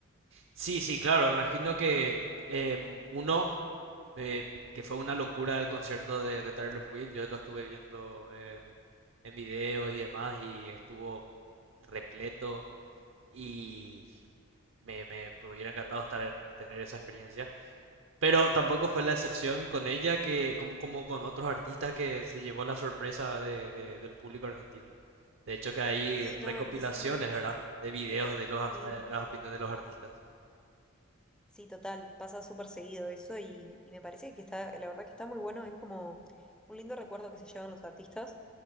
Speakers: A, on the right; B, in the centre.
A: Sí, sí, claro. Me imagino que em, uno eh, que fue una locura el concierto de, de Taylor Swift. Yo lo estuve viendo em, en videos y demás y estuvo repleto y me, me, me hubiera encantado estar, tener esa experiencia. Pero tampoco fue la excepción con ella que como, como con otros artistas que se llevó la sorpresa de- de- del público argentino. De hecho que hay
B: Sí, no,
A: No, recopilaciones,
B: es que es
A: ¿verdad? De videos de los,
B: Sí,
A: eh, las opiniones de los artistas.
B: sí, total, pasa súper seguido eso y, y me parece que está, la verdad que está muy bueno, es como un lindo recuerdo que se llevan los artistas,